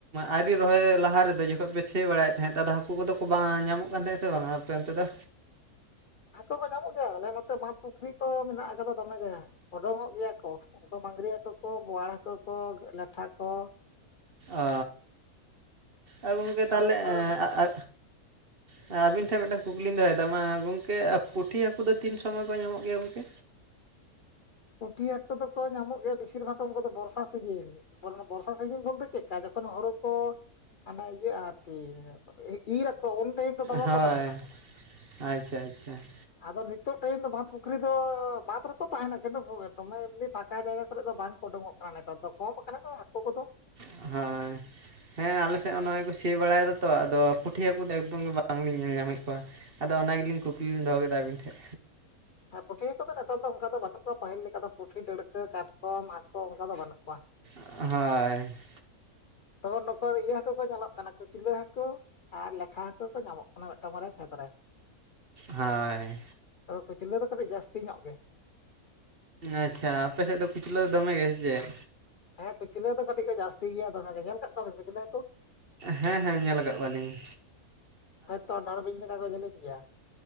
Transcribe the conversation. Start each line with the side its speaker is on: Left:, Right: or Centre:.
Right: ᱟᱹᱣᱨᱤ ᱨᱚᱦᱚᱭ ᱞᱟᱦᱟ ᱨᱮᱫᱚ ᱡᱚᱠᱷᱚᱡ ᱥᱤ ᱵᱟᱲᱟᱭᱮᱫ ᱛᱟᱦᱮᱸᱫ ᱟᱫᱚ ᱦᱟᱹᱠᱩ ᱠᱚᱫᱚ ᱠᱚ ᱵᱟᱝᱟ ᱧᱟᱢᱚᱜ ᱠᱟᱱ ᱛᱟᱦᱮᱸᱫ ᱥᱮ ᱵᱟᱝᱟ ᱟᱯᱮ ᱚᱱᱛᱮ ᱫᱚ?
Left: ᱦᱟᱠᱳ ᱠᱚ ᱧᱟᱢᱚᱜ ᱜᱮᱭᱟ ᱟᱞᱮ ᱱᱚᱛᱮ ᱵᱟᱸᱫᱚ ᱯᱩᱠᱷᱨᱤ ᱠᱚ ᱢᱮᱱᱟᱜ ᱠᱟᱫᱟ ᱫᱚᱢᱮ ᱜᱮ ᱳᱰᱳᱝᱚᱜ ᱜᱮᱭᱟ ᱠᱚ ᱾ ᱩᱱᱠᱩ ᱢᱟᱝᱜᱽᱨᱤ ᱦᱟᱠᱳ ᱠᱚ ᱵᱳᱣᱟᱲ ᱦᱟᱠᱳ ᱠᱚ ᱞᱟᱴᱷᱟ ᱠᱚ,
Right: ᱟ ᱟ ᱜᱚᱝᱠᱮ ᱛᱟᱦᱚᱞᱮ
Left: ᱟᱞᱮ ᱥᱩᱨ
Right: ᱟ
Left: ᱨᱮ
Right: ᱮ ᱟ ᱦᱮᱸ ᱟᱵᱤᱱ ᱴᱷᱮᱱ ᱢᱤᱫᱴᱟᱝ ᱠᱩᱠᱞᱤᱧ ᱫᱚᱦᱚᱭᱮᱫᱟ, ᱢᱟ ᱜᱚᱢᱠᱮ ᱯᱩᱴᱷᱤ ᱦᱟᱹᱠᱩ ᱫᱚ, ᱛᱤᱱ ᱥᱚᱢᱚᱭ ᱠᱚ ᱧᱟᱢᱚᱜ ᱜᱮᱭᱟ ᱜᱚᱝᱠᱮ?
Left: ᱯᱩᱴᱷᱤ ᱦᱟᱹᱠᱩ ᱫᱚᱠᱚ ᱧᱟᱢᱚᱜ ᱜᱮᱭᱟ, ᱵᱤᱥᱤᱨ ᱵᱷᱟᱜᱽ ᱩᱱᱠᱩ ᱫᱚ ᱵᱚᱨᱥᱟ ᱥᱤᱡᱤᱱ ᱾ ᱵᱚᱨᱥᱟ ᱥᱤᱡᱤᱱ ᱵᱚᱞᱛᱮ ᱪᱮᱫᱠᱟ? ᱡᱚᱠᱷᱚᱱ ᱦᱩᱲᱩ ᱠᱚ ᱦᱟᱸᱱᱮ ᱤᱭᱟᱹᱜᱼᱟ ᱟᱨᱠᱤ ᱤᱨ ᱟᱠᱚ ᱩᱱ ᱛᱮᱜᱮ ᱛᱚ ᱫᱚᱢᱮ
Right: ᱦᱳᱭ
Left: ᱠᱚ ᱛᱟᱦᱮᱸᱱᱟ ᱾
Right: ᱟᱪᱪᱷᱟ ᱟᱪᱪᱷᱟ ᱾
Left: ᱟᱫᱚ ᱱᱤᱛᱚᱜ ᱴᱟᱭᱤᱢ ᱫᱚ ᱵᱟᱸᱫᱷ ᱯᱩ ᱠᱷᱨᱤ ᱫᱚ ᱵᱟᱸᱫᱽ ᱨᱮᱠᱚ ᱛᱟᱦᱮᱸᱱᱟ, ᱠᱤᱱᱛᱩ ᱫᱚᱢᱮ ᱮᱢᱱᱤ ᱯᱷᱟᱸᱠᱟ ᱡᱟᱭᱜᱟ ᱠᱚᱨᱮ ᱫᱚ, ᱵᱟᱝ ᱠᱚ ᱩᱰᱩᱠᱚᱜ ᱠᱟᱱᱟ ᱱᱮᱛᱟᱨ ᱫᱚ ᱾ ᱠᱚᱢ ᱠᱟᱱᱟ ᱠᱚ ᱦᱟᱠᱳ ᱠᱚᱫᱚ ᱾
Right: ᱦᱚᱭ ᱾ ᱦᱮᱸ ᱟᱞᱮᱥᱮᱫ ᱦᱚᱸ ᱱᱚᱜᱚᱭ ᱠᱚ ᱥᱤ ᱵᱟᱲᱟᱭ ᱫᱟ ᱛᱚ, ᱟᱫᱚ ᱯᱩᱴᱷᱤ ᱦᱟᱹᱠᱩ ᱫᱚ, ᱮᱠᱫᱚᱢ ᱜᱮ ᱵᱟᱝᱞᱤᱧ ᱧᱮᱞ ᱧᱟᱢᱮᱫ ᱠᱚᱣᱟ ᱾ ᱟᱫᱚ ᱚᱱᱟ ᱜᱮᱞᱤᱧ ᱠᱩᱠᱞᱤ ᱞᱤᱧ ᱫᱚᱦᱚ ᱠᱮᱫᱟ ᱟᱹᱵᱤᱱ ᱴᱷᱮᱡ᱾
Left: ᱦᱮᱸ ᱯᱩᱴᱷᱤ ᱠᱚᱫᱚ ᱱᱮᱛᱟᱨ ᱫᱚ ᱚᱱᱠᱟ ᱫᱚ ᱵᱟᱹᱱᱩᱜ ᱠᱚᱣᱟ ᱯᱟᱹᱦᱤᱞ ᱞᱮᱠᱟ ᱫᱚ ᱯᱩᱴᱷᱤ, ᱰᱟᱹᱲᱠᱟᱹ, ᱠᱟᱴᱠᱚᱢ, ᱦᱟᱠᱳ ᱚᱱᱠᱟ ᱫᱚ ᱵᱟᱹᱱᱩᱜ ᱠᱚᱣᱟ ᱾
Right: ᱦᱳᱭ ᱾
Left: ᱛᱟᱹᱣ ᱱᱚᱠᱩ ᱤᱭᱟᱹ ᱦᱟᱹᱠᱩ ᱠᱚ ᱧᱮᱞᱚᱜ ᱠᱟᱱᱟ, ᱠᱩᱪᱞᱟᱹ ᱦᱟᱹᱠᱩᱻ ᱟᱨ ᱞᱮᱴᱷᱟ ᱦᱟᱹᱠᱩ ᱠᱚ ᱧᱟᱢᱚᱜ ᱠᱟᱱᱟ, ᱢᱤᱫᱴᱟᱝ ᱵᱟᱨᱭᱟ ᱠᱷᱮᱛ ᱨᱮ ᱾
Right: ᱦᱳᱭ
Left: ᱛ ᱠᱩᱪᱞᱟᱹ ᱫᱚ ᱠᱟᱹᱴᱤᱡ ᱡᱟᱹᱥᱛᱤ ᱧᱚᱜ ᱜᱮ,
Right: ᱟᱪᱪᱷᱟ ᱟᱯᱮ ᱥᱮᱫ ᱫᱚ ᱠᱩᱪᱞᱟᱹ ᱫᱚᱢᱮ ᱜᱮ ᱥᱮ ᱪᱮᱫ?
Left: ᱦᱮᱸ ᱠᱩᱪᱞᱟᱹ ᱫᱚ ᱠᱟᱹᱴᱤᱡ ᱠᱚ ᱡᱟᱹᱥᱛᱤ ᱜᱮᱭᱟ ᱫᱚᱢᱮ ᱜᱮ ᱧᱮᱞ ᱠᱟᱜ ᱠᱚᱣᱟ ᱵᱤᱱ ᱠᱩᱪᱞᱟᱹ ᱦᱟᱠᱩ?
Right: ᱦᱮᱸ ᱦᱮᱸ ᱧᱮᱞ ᱟᱠᱟᱫ ᱠᱚᱣᱟ ᱞᱤᱧ᱾
Left: ᱦᱚᱭᱛᱚ ᱰᱷᱚᱸᱲ ᱵᱤᱧ ᱞᱮᱠᱟ ᱠᱚ ᱡᱮᱞᱮᱧ ᱜᱮᱭᱟ᱾